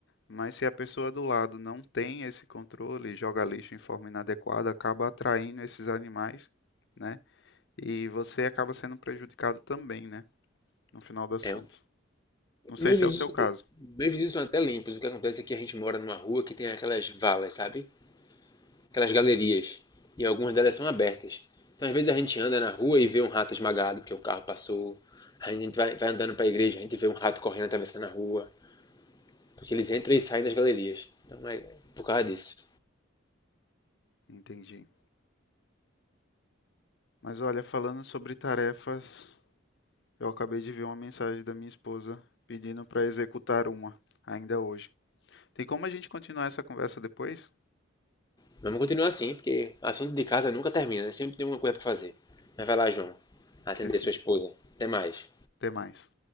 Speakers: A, on the left; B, on the left.
A: mas se a pessoa do lado não tem esse controle, joga lixo em forma inadequada, acaba atraindo esses animais, né? E você acaba sendo prejudicado também, né? No final das
B: É,
A: contas. Não sei
B: meus
A: se
B: vizinhos,
A: é o seu caso.
B: meus vizinhos são até limpos. O que acontece é que a gente mora numa rua que tem aquelas valas, sabe? aquelas galerias, e algumas delas são abertas. Então, às vezes, a gente anda na rua e vê um rato esmagado porque um carro passou. A gente vai, vai andando para a igreja, a gente vê um rato correndo atravessando a rua, porque eles entram e saem das galerias. Então, é por causa disso.
A: Entendi. Mas olha, falando sobre tarefas, Eu acabei de ver uma mensagem da minha esposa pedindo para executar uma, ainda hoje. Tem como a gente continuar essa conversa depois?
B: Mas vamos continuar assim, porque assunto de casa nunca termina, né? Sempre tem alguma coisa para fazer. Mas vai lá, João, atender
A: Perfeito.
B: sua esposa. Até mais.
A: Até mais.